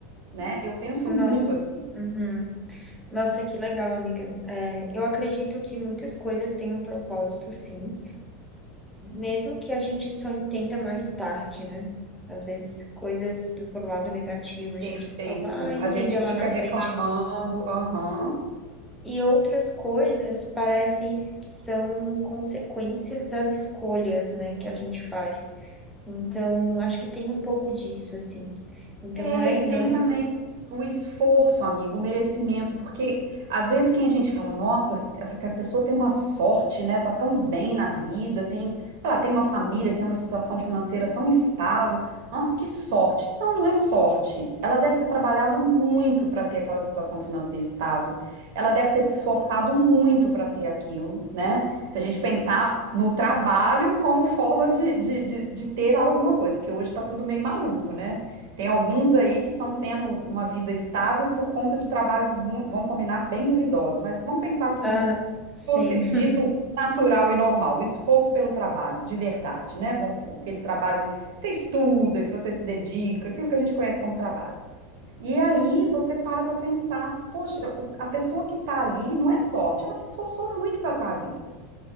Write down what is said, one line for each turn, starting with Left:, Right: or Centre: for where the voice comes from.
Right: né? Eu penso
Centre: nossa.
Right: muito assim.
Centre: Uhum. Nossa, que legal, amiga. É, eu acredito que muitas coisas têm um propósito, sim. Mesmo que a gente só entenda mais tarde, né? Às vezes, coisas do pro lado negativo, a
Right: Perfeito.
Centre: gente só vai entender
Right: A gente
Centre: lá
Right: fica
Centre: na
Right: reclamando,
Centre: frente.
Right: aham.
Centre: E outras coisas parecem s- que são consequências das escolhas, né, que a gente faz. Então, acho que tem um pouco disso, assim. Então,
Right: É,
Centre: não é,
Right: e tem
Centre: não é,
Right: também o esforço, amigo, o merecimento, porque às vezes quem a gente fala, nossa, essa que a pessoa tem uma sorte, né? Tá tão bem na vida, tem, sei lá, tem uma família, tem uma situação financeira tão estável. Nossa, que sorte. Não, não é sorte. Ela deve ter trabalhado muito para ter aquela situação financeira estável. Ela deve ter se esforçado muito para ter aquilo, né? Se a gente pensar no trabalho como forma de, de, de, de ter alguma coisa, porque hoje tá tudo meio maluco, né? Tem alguns aí que estão tendo uma vida estável por conta de trabalhos, mu- vão combinar, bem duvidosos, mas vamos pensar que
Centre: ah,
Right: não
Centre: sim,
Right: fosse
Centre: <laughs>
Right: dito Sim. natural e normal, o esforço pelo trabalho, de verdade, né? Vamos pôr aquele trabalho que você estuda, que você se dedica, aquilo que a gente conhece como trabalho. E aí você para para pensar, poxa, o- a pessoa que está ali não é sorte, ela se esforçou muito para estar ali.